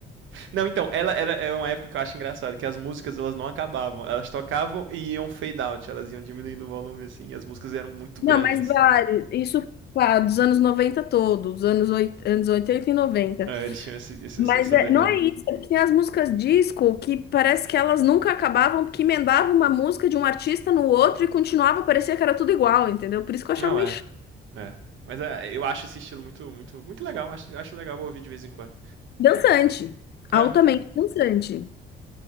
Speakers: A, on the right; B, on the left.
A: Não, então, ela era é uma época que eu acho engraçado, que as músicas elas não acabavam, elas tocavam e iam fade out, elas iam diminuindo o volume assim, e as músicas eram muito
B: Não,
A: grandes.
B: mas vale. Isso, pá, dos anos 90 todos, dos anos, oit- anos 80 e 90.
A: É, eles tinham esse, esse-
B: Mas
A: essa
B: é-
A: doideira.
B: não é isso, é porque tem as músicas disco que parece que elas nunca acabavam, porque emendava uma música de um artista no outro e continuava, parecia que era tudo igual, entendeu? Por isso que eu achava
A: Não
B: meio
A: é,
B: chato.
A: é. Mas é, eu acho esse estilo muito, muito, muito legal. Acho, acho legal ouvir de vez em quando.
B: Dançante,
A: É,
B: altamente
A: é.
B: dançante.